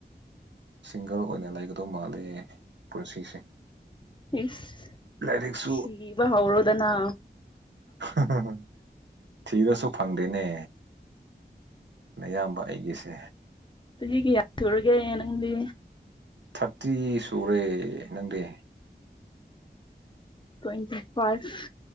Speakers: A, on the right; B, on the left.
A: ꯁꯤꯡꯒꯜ ꯑꯣꯏꯅ ꯂꯩꯒꯗꯧ ꯃꯥꯜꯂꯦ ꯄꯨꯟꯁꯤꯁꯦ
B: ꯏꯁ
A: ꯂꯥꯏꯔꯤꯛꯁꯨ
B: ꯊꯤꯕ ꯍꯧꯥꯔꯣꯗꯅ
A: ꯍ ꯍ ꯍ ꯊꯤꯔꯁꯨ ꯐꯪꯗꯦꯅꯦ ꯑꯌꯥꯝꯕ ꯑꯩꯒꯤꯁꯦ
B: ꯆꯍꯤ ꯀꯌꯥ ꯍꯨꯔꯒꯦ ꯅꯪꯗꯤ
A: ꯊꯥꯔꯇꯤ ꯁꯨꯔꯦ ꯅꯪꯗꯤ
B: ꯇ꯭ꯋꯦꯟꯇꯤ ꯐꯥꯢꯕ